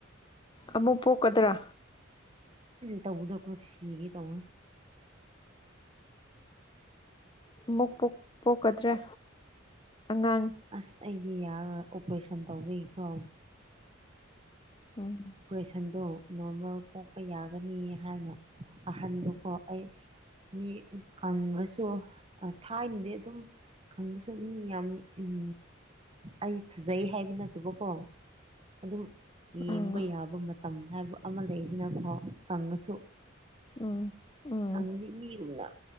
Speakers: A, on the left; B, on the right.
A: ꯑꯃꯨꯛ ꯄꯣꯛꯀꯗ꯭ꯔꯥ
B: ꯇꯧꯕꯗꯣ ꯀꯨꯁꯤꯒꯤ ꯇꯧꯅꯤ
A: ꯑꯃꯨꯛ ꯄꯣꯛ ꯄꯣꯛꯀꯗ꯭ꯔ ꯑꯉꯥꯡ
B: ꯑꯁ ꯑꯩꯗꯤ ꯌꯥꯔꯣꯏ ꯑꯣꯄ꯭ꯔꯦꯁꯟ ꯇꯧꯕꯩꯀꯣ
A: <unintelligible>
B: ꯄ꯭ꯔꯦꯁꯟꯗꯣ ꯅꯣꯔꯃꯦꯜ ꯄꯣꯛꯄ ꯌꯥꯒꯅꯤ ꯍꯥꯏꯅ ꯑꯍꯟꯗꯨꯀꯣ ꯑꯩ ꯃꯤ ꯀꯪꯔꯁꯨ ꯊꯥꯏꯅꯗꯤ ꯑꯗꯨꯝ ꯈꯪꯕꯁꯨ ꯃꯤ ꯌꯥꯝ ꯎꯝ ꯑꯩ ꯐꯖꯩ ꯍꯥꯏꯕ ꯅꯠꯇꯕꯀꯣ ꯑꯗꯨꯝ ꯌꯦꯡ
A: ꯎꯝ
B: ꯇꯧꯕ ꯌꯥꯕ ꯃꯇꯝ ꯍꯥꯏꯕ ꯑꯃ ꯂꯩꯗꯅꯀꯣ ꯀꯪꯉꯁꯨ
A: ꯎꯝ ꯎꯝ
B: <unintelligible> ꯐꯖꯅ